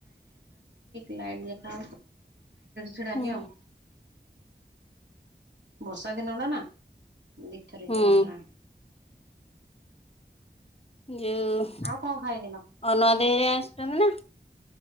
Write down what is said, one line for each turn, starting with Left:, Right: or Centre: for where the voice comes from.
Right: ଲାଇଟ୍ ରେ ତ ଛିଡା
Left: ହୁଁ
Right: ହେଲି ଆଉ ବର୍ଷା ଦିନ ଟା ନା, ଦି ଥର ହେଇକି
Left: ହୁଁ
Right: ବାହାରିଲାଣି।
Left: ଯୋଉ
Right: ଆଉ କଣ ଖାଇଥିଲ?
Left: ଅନୁଆ ଦେଇ ହେରିକା ଆସୁଛନ୍ତି ନା